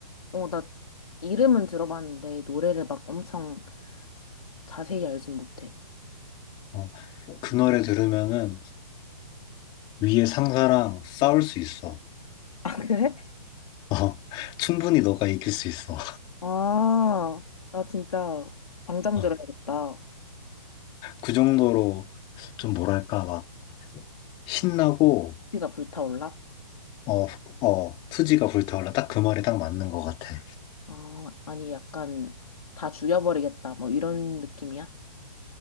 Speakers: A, on the left (about 85°); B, on the left (about 25°).
A: 어 나 이름은 들어봤는데 노래를 막 엄청 자세히 알진 못해.
B: 어. 그 노래 들으면은 위에 상사랑 싸울 수 있어.
A: 아, 그래?
B: 어. 충분히 너가 이길 수 있어.
A: 아, 나 진짜 당장
B: 어.
A: 들어야겠다.
B: 그 정도로 좀 뭐랄까 막 신나고
A: 위치가 불타올라?
B: 어, 어, 투지가 불타올라. 딱 그 말이 딱 맞는 것 같아.
A: 아, 아니 약간 다 죽여버리겠다. 뭐 이런 느낌이야?